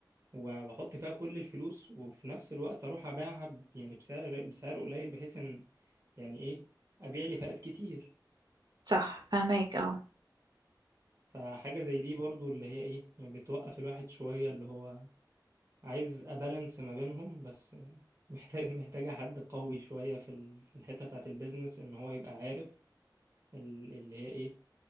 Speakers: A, on the right; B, on the right.
A: و- واحط فيها كل الفلوس وفي نفس الوقت اروح ابيعها ب- يعني بسعر بسعر قليل بحيث ان يعني ايه ابيع لي فئات كتير
B: صح فهماك اه
A: فحاجه زي دي برضو اللي هي ايه يعني بتوقف الواحد شويه اللي هو عايز أبالانس ما بينهم بس محتاج <laughs> محتاجة حد قوي شوية في ال- في الحتة بتاعة البيزنس إن هو يبقى عارف ال- اللي هي إيه